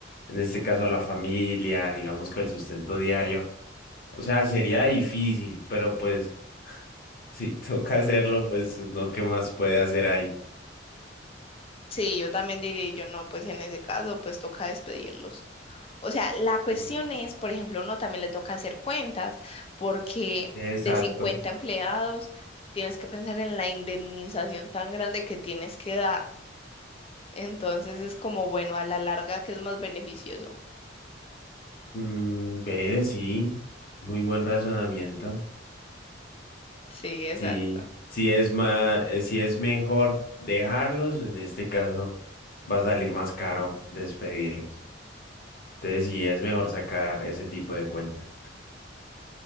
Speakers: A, on the left (about 50°); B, on the left (about 30°).
A: en este caso la familia, digamos que el sustento diario, o sea, sería difícil, pero pues <laughs> si toca hacerlo, pues uno qué más puede hacer ahí.
B: Sí, yo también diría, yo no, pues en ese caso, pues toca despedirlos. O sea, la cuestión
A: Mm.
B: es, por ejemplo, uno también le toca hacer cuentas, porque
A: Exacto.
B: de 50 empleados tienes que pensar en la indemnización tan grande que tienes que dar. Entonces es como, bueno, a la larga que es más beneficioso.
A: Mm, ve, sí, muy buen razonamiento.
B: Sí, exacto.
A: Sí, sí es más, si es mejor dejarlos, en este caso va a salir más caro despedirlos. Entonces sí es mejor sacar ese tipo de cuentas.